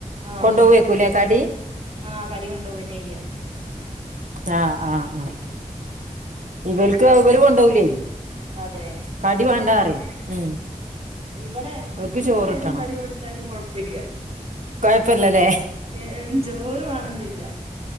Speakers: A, on the right; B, on the right.
A: ആഹ്
B: കൊണ്ടോവേക്കൂലേ കടി
A: ആഹ് കടി കൊണ്ടോവന്നെയ്യ
B: ആഹ് ആഹ് ആ ഇവര്ക്ക് ഇവര് കൊണ്ടൊവൂലേ
A: അതെ
B: കടി വേണ്ടാറയും ഉം
A: ഇവിടെ മൂന്ന്
B: ഓൽക്ക് ചോറിട്ടണം
A: നേരം കടി കൊടുത്താലും കൊഴപ്പല്ല്യ
B: കൊഴപ്പല്ലല്ലേ
A: ലെ ഏ ജോറ് വാണെന്നില്ല